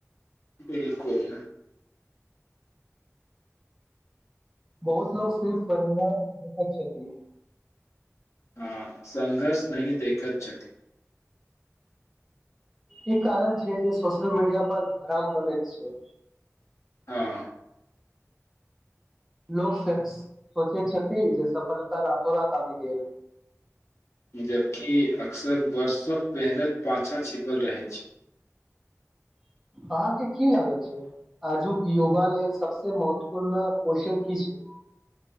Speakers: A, on the left (about 60°); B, in the centre.
A: बिलकुल
B: बहुत लोकग सिर्फ पंजाब देख छथि त
A: हँ संघर्ष नहि देखैत छथि
B: ई कारण छै जे सोशियल मीडिया पर भ्रम बनय छै
A: हँ
B: लोक सोच सोचैत छथि जे सफलता रातो रात आबि गेल
A: जबकि अक्सर वर्षक मेहनत पाछा छिपल रहैत छै
B: अहाँके की लागत छै आजुक युवा लेल सबसे महत्वपूर्ण कौशल की छै